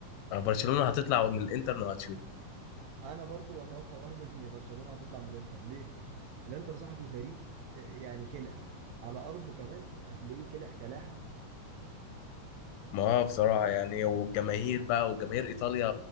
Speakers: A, on the left; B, on the right.
A: آه برشلونة هتطلع من الانتر وهتشوف
B: أنا برضو بتوقع برضو <laughs> إن برشلونة هتطلع من الإنتر ليه الإنتر صاحبي فريق آه، يعني كلح على أرضه كمان هتلاقيه كلح كلاحة
A: ما هو بصراحة يعني والجماهير بقى وجماهير ايطاليا